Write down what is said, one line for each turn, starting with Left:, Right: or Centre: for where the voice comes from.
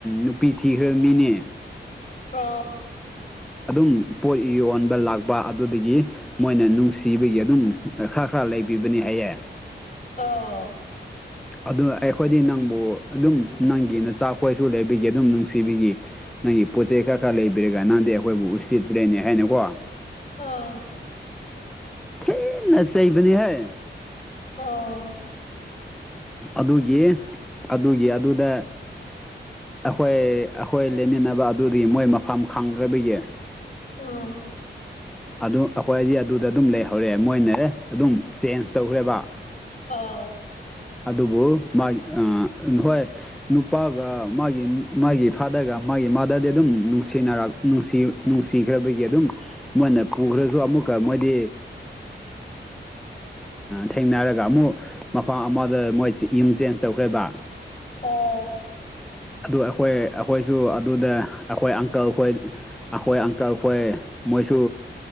Centre: ꯅꯨꯄꯤ ꯊꯤꯈ꯭ꯔꯕ ꯃꯤꯅꯦ
Left: ꯑ
Centre: ꯑꯗꯨꯝ ꯄꯣꯠ ꯌꯣꯟꯕ ꯂꯥꯛꯄ ꯑꯗꯨꯗꯒꯤ ꯃꯣꯏꯅ ꯅꯨꯡꯁꯤꯕꯒꯤ ꯑꯗꯨꯝ ꯈꯔ ꯈꯔ ꯂꯩꯕꯤꯕꯅꯤ ꯍꯥꯏꯌꯦ
Left: ꯑ
Centre: ꯑꯗꯨ ꯑꯩꯈꯣꯏꯗꯤ ꯅꯪꯕꯨ ꯑꯗꯨꯝ ꯅꯪꯒꯤ ꯅꯆꯥꯥꯛ ꯈꯣꯏꯁꯨ ꯂꯩꯕꯤꯒꯤ ꯑꯗꯨꯝ ꯅꯨꯡꯁꯤꯕꯤꯈꯤ ꯅꯪꯒꯤ ꯄꯣꯠ ꯆꯩ ꯈꯔ ꯈꯔ ꯂꯩꯕꯤꯔꯒ ꯅꯪꯗꯤ ꯑꯩꯈꯣꯏꯕꯨ ꯎꯠꯁꯤꯠꯇ꯭ꯔꯦꯅꯦ ꯍꯥꯏꯅꯀꯣ
Left: ꯑꯥ
Centre: ꯍ ꯅꯆꯩꯕꯅꯤ ꯍꯥꯏ
Left: ꯑꯥ
Centre: ꯑꯗꯨꯒꯤ ꯑꯗꯨꯒꯤ ꯑꯗꯨꯗ ꯑꯩꯈꯣꯏ ꯑꯩꯈꯣꯏ ꯂꯦꯃꯤꯟꯅꯕ ꯑꯗꯨꯗꯤ ꯃꯣꯏ ꯃꯐꯝ ꯈꯪꯗ꯭ꯔꯕꯒꯤ
Left: ꯑꯥ
Centre: ꯑꯗꯨ ꯑꯩꯈꯣꯏꯗꯤ ꯑꯗꯨꯗ ꯑꯗꯨꯝ ꯂꯩꯍꯧꯔꯦ ꯃꯣꯏꯅꯦ ꯑꯗꯨꯝ ꯆꯦꯟꯖ ꯇꯧꯈ꯭ꯔꯦꯕ
Left: ꯑꯥ
Centre: ꯑꯗꯨꯕꯨ ꯃꯥꯒꯤ ꯍꯣꯏ ꯅꯨꯄꯥꯒ ꯃꯥꯒꯤ ꯃꯥꯒꯤ ꯐꯥꯗꯔꯒ ꯃꯥꯒꯤ ꯃꯥꯗꯗꯤ ꯑꯗꯨꯝ ꯅꯨꯡꯁꯤꯅꯔ ꯅꯨꯡ ꯅꯨꯡꯁꯤꯈ꯭ꯔꯕꯒꯤ ꯑꯗꯨꯝ ꯃꯣꯏꯅ ꯄꯨꯈ꯭ꯔꯁꯨ ꯑꯃꯨꯛ ꯑꯗꯨꯒ ꯃꯣꯏꯗꯤ ꯊꯦꯡꯅꯔꯒ ꯑꯃꯨꯛ ꯃꯐꯝ ꯑꯃ ꯑꯗ ꯃꯣꯏ ꯌꯨꯝ ꯆꯦꯟꯖ ꯇꯧꯈ꯭ꯔꯦꯕ
Left: ꯑꯣ
Centre: ꯑꯗꯨ ꯑꯩꯈꯣꯏ ꯑꯩꯈꯣꯏꯁꯨ ꯑꯗꯨꯗ ꯑꯩꯈꯣꯏ ꯑꯪꯀꯜ ꯈꯣꯏ ꯑꯩꯈꯣꯏ ꯑꯪꯀꯜ ꯈꯣꯏ ꯃꯣꯏꯁꯨ